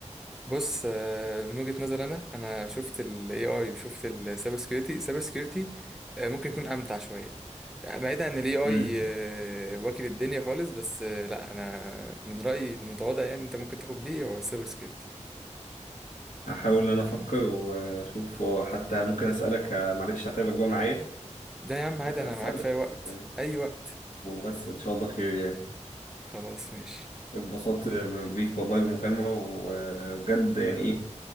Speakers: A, in the centre; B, on the left.
A: بص آه، من وجهة نظر انا انا شفت ال AI وشفت ال cyber security cyber security آه، ممكن يكون امتع شوية يعني بعيد عن ال AI
B: مم.
A: آه، واكل الدنيا خالص بس آه، لا انا من رأيي المتواضع يعني انت ممكن تاخد بيه هو cyber security
B: هحاول ان انا افكر
A: تمام؟
B: واشوف حتى ممكن اسالك آه، معلش هتعبك بقى معايا
A: ده يا عم
B: آه،
A: عادي انا
B: اسالك
A: معاك في اي وقت
B: آه،
A: اي وقت
B: وبس ان شاء الله خير يعني
A: خلاص ماشي
B: اتبسطت بيك والله بالمكالمه و- وبجد يعني ايه